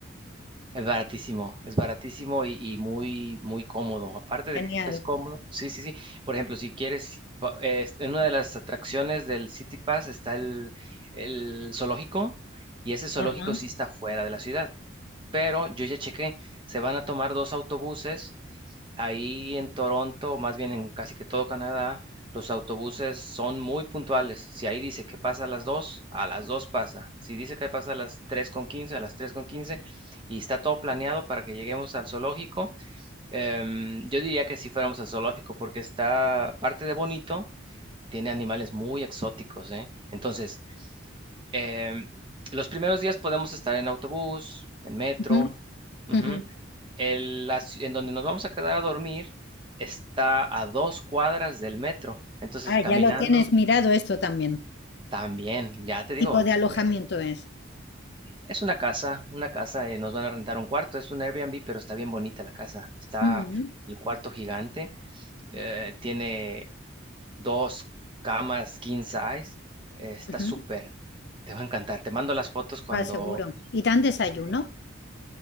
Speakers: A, on the right (about 25°); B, on the left (about 55°).
A: Es baratísimo, es baratísimo y, y muy, muy cómodo. Aparte de
B: Genial.
A: que es cómodo, sí, sí, sí. Por ejemplo, si quieres, va- eh, est- en una de las atracciones del City Pass está el, el zoológico y ese zoológico
B: Ajá.
A: sí está fuera de la ciudad. Pero yo ya chequé, se van a tomar dos autobuses Ahí en Toronto, más bien en casi que todo Canadá, los autobuses son muy puntuales. Si ahí dice que pasa a las dos, a las 2 pasa. Si dice que pasa a las 3 con 15, a las 3 con 15 y está todo planeado para que lleguemos al zoológico. Em, yo diría que si fuéramos al zoológico, porque está parte de bonito, tiene animales muy exóticos, ¿eh? Entonces, em, los primeros días podemos estar en autobús, en metro.
B: Ujú,
A: ujú,
B: ujú.
A: el- la ci- en donde nos vamos a quedar a dormir está a dos cuadras del metro. Entonces,
B: Ah,
A: caminando
B: ya lo tienes mirado esto también.
A: también, ya te
B: ¿Qué
A: digo,
B: tipo de
A: es
B: alojamiento
A: eh,
B: es?
A: es una casa, una casa, eh, nos van a rentar un cuarto, es un Airbnb, pero está bien bonita la casa. Está
B: Ujú,
A: el cuarto gigante, eh, tiene dos camas king size, eh, está
B: ujú.
A: súper, te va a encantar. Te mando las fotos cuando...
B: Ah, seguro. ¿Y dan desayuno?
A: Sí, sí, sí.